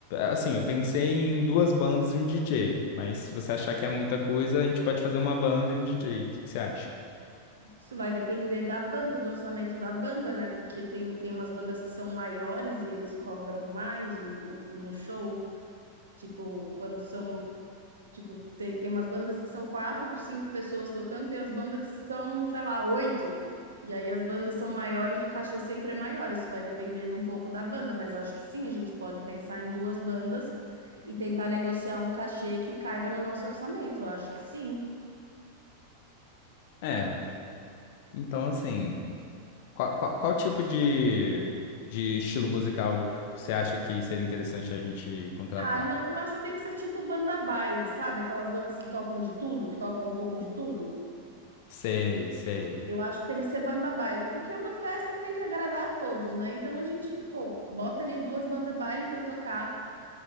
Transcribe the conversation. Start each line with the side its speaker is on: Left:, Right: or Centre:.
Left: Assim, eu pensei em duas bandas e um DJ, mas se você achar que é muita coisa, a gente pode fazer uma banda e um DJ. O que, que você acha?
Right: Isso vai depender da banda, do orçamento da banda, né? Porque tem, tem umas bandas que são maiores e eles cobram mais o, o, o- no show. Tipo, quando são Tipo, tem, tem umas bandas que são quatro, cinco pessoas tocando, tem as bandas que são, sei lá, oito. E aí as bandas são maiores, o cachê sempre é maior. Isso vai depender de um pouco da banda, mas eu acho que sim, a gente pode pensar em duas bandas e tentar negociar um cachê que caiba no nosso orçamento. Eu acho que sim.
Left: É, então assim, qual, qual, qual tipo de, de estilo musical você acha que seria interessante a gente contratar?
Right: Ah, não, eu acho que tem que ser tipo banda baile, sabe? Aquelas bandas que tocam de tudo, que tocam um pouco de tudo.
Left: Sei, sei.
Right: Eu acho que tem que ser banda baile, porque é uma festa que tem que agradar a todos, né? Então a gente, pô, bota ali duas bandas baile pra tocar.